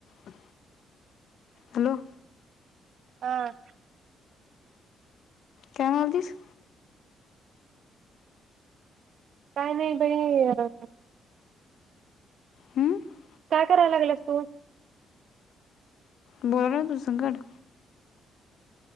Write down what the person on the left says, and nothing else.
<inaudible> Hello!
काय म्हणालतीस?
हम्म
बोल तू संगत